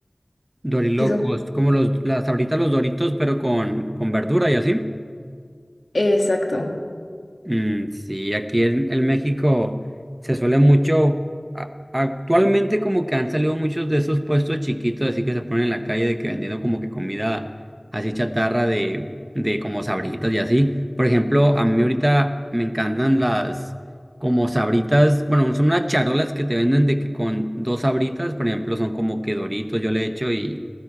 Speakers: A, on the right; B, on the left.
A: Dorilocos,
B: que son...
A: como los, las ahorita los Doritos, pero con, con verdura y así.
B: Exacto.
A: Mm, sí, aquí en, en México se suele mucho, a- actualmente como que han salido muchos de esos puestos chiquitos, así que se ponen en la calle de que vendiendo como que comida así chatarra de, de como sabritas y así. Por ejemplo, a mí ahorita me encantan las como sabritas, bueno, son unas charolas que te venden de que con dos sabritas, por ejemplo, son como que Doritos yo le echo y,